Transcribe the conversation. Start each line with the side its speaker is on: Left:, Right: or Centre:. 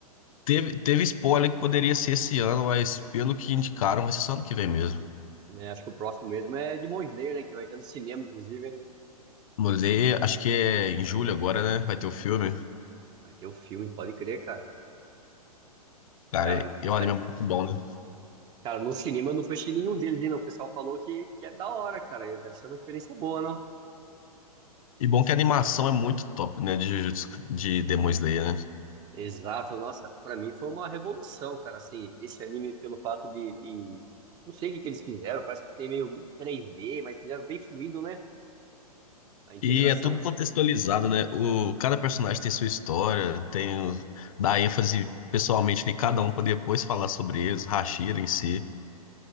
Left: teve, teve spoiler que poderia ser esse ano, mas pelo que indicaram, vai ser só ano que vem mesmo.
Right: Né, acho que o próximo mesmo é Demon Slayer, né? Que vai ter no cinema, inclusive, né?
Left: Mulher, acho que é em julho agora, né? Vai ter o filme.
Right: Vai ter o filme, pode crer, cara.
Left: Cara,
Right: Cara, o que
Left: e
Right: que
Left: o anime
Right: tá...
Left: é muito bom, né?
Right: Cara, no cinema eu não fui assistir nenhum deles, não. O pessoal falou que, que é da hora, cara. Deve ser uma experiência boa, não?
Left: E bom que a animação é muito top, né? De, Jujutsu- de Demon Slayer, né?
Right: Exato, nossa, pra mim foi uma revolução, cara, assim, esse anime pelo fato de, de- Não sei o que que eles fizeram, parece que tem meio 3D, mas fizeram bem fluido, né? A integração.
Left: E é tudo contextualizado, né? O, cada personagem tem sua história, tem, o- dá ênfase pessoalmente de cada um para depois falar sobre eles, Hashira em si.